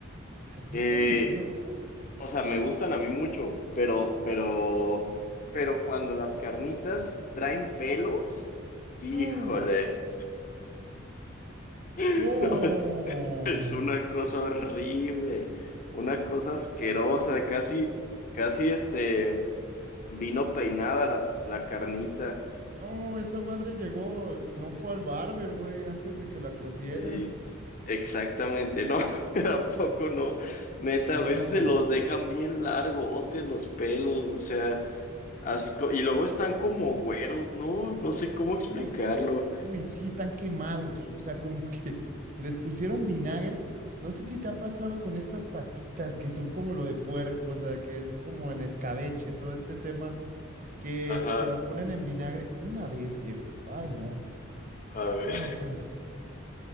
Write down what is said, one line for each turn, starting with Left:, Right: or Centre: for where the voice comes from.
Right: ¿Carnitas
Left: Eh,
Right: de puerco?
Left: o sea, me gustan a mí mucho, pero, pero, pero cuando las carnitas traen pelos, híjole,
Right: Mm,
Left: <laughs>
Right: no,
Left: es una cosa horrible, una cosa asquerosa, casi, casi este, vino peinada la, la carnita.
Right: no, esa madre llegó, no fue al barber, güey, antes de que la cocieran.
Left: Sí, exactamente, no, <laughs> tampoco no, neta,
Right: No,
Left: a veces se los dejan bien largotes los pelos, o sea, así, co- y luego están como güeros, ¿no? No sé cómo explicarlo.
Right: uy, uy, sí, están quemados, o sea, como que <laughs> les pusieron vinagre. No sé si te ha pasado con estas patitas que son como lo de puerco, o sea, que es como en escabeche, todo este tema, que,
Left: Ajá,
Right: que lo ponen en vinagre una vez, viejo. Ay, no.
Left: a ver,
Right: Bueno, pues.